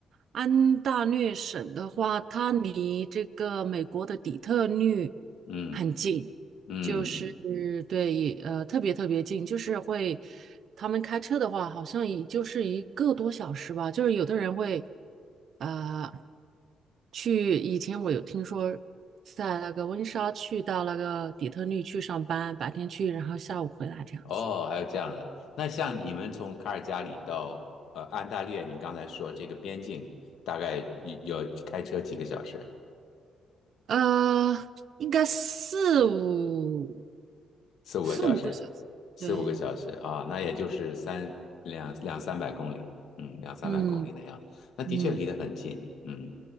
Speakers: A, on the right; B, on the left.
A: 安大略省的话，它离这个美国的底特律
B: 嗯
A: 很近，
B: 嗯。
A: 就是对，也呃特别特别近，就是会，他们开车的话，好像也就是一个多小时吧。就是有的人会，呃，去以前我有听说，在那个温莎去到那个底特律去上班，白天去，然后下午回来这样子。
B: 哦，还有这样的。那像你们从卡尔加里到呃安大略，你刚才说这个边境大概有要开车几个小时？
A: 呃，应该四五
B: 四五个小时，
A: 四五个小时。
B: 四五个小时啊，
A: 对，
B: 那也就是三两两三百公里，嗯，两三百公里那样子。
A: 嗯
B: 那的确离得很近，
A: 嗯，
B: 嗯，